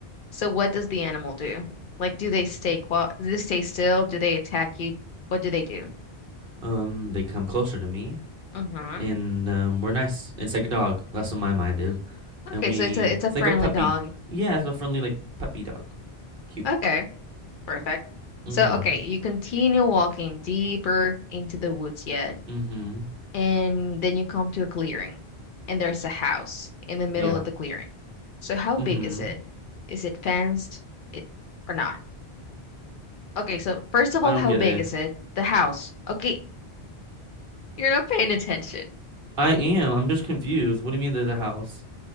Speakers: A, on the left; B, on the right.
A: So what does the animal do? Like, do they stay quiet? Do they stay still? Do they attack you? What do they do?
B: Um, they come closer to me
A: Mm-hmm.
B: and um we're nice. It's like a dog. That's what my mind is. And
A: Okay,
B: we
A: so it's a it's a
B: it's like
A: friendly
B: a puppy.
A: dog.
B: Yeah, it's a friendly like puppy dog. Cute.
A: Okay, perfect.
B: Mm-hmm.
A: So okay, you continue walking deeper into the woods yet,
B: Mm-hmm.
A: and then you come to a clearing, and there's a house in the middle
B: Yeah.
A: of the clearing. So how big
B: Mm-hmm.
A: is it? Is it fenced? It or not? Okay, so first of all,
B: I don't
A: how
B: get
A: big
B: it.
A: is it? The house. Okay, you're not paying attention.
B: I am. I'm just confused. What do you mean they're the house?